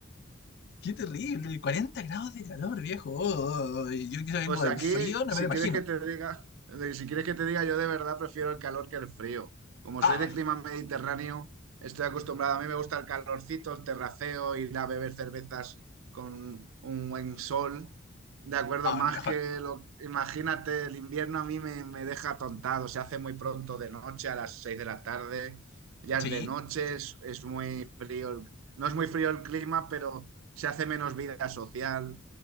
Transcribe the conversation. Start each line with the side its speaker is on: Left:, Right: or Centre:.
Left: ¡Qué terrible! 40 grados de calor, viejo. Oh, oh, oh. oh. Yo que vengo
Right: Pues
Left: del
Right: aquí,
Left: frío, no
Right: si
Left: me lo imagino.
Right: quieres que te diga, de- si quieres que te diga, yo de verdad prefiero el calor que el frío. Como
Left: Ah,
Right: soy de clima mediterráneo, estoy acostumbrado. A mí me gusta el calorcito, el terraceo, ir a beber cervezas con un buen sol. De acuerdo,
Left: ah,
Right: más
Left: lo mejor.
Right: que lo... Imagínate, el invierno a mí me, me deja atontado. Se hace muy pronto de noche, a las seis de la tarde. Ya
Left: Sí.
Right: es de noche, es, es muy frío. el- No es muy frío el clima, pero se hace menos vida social.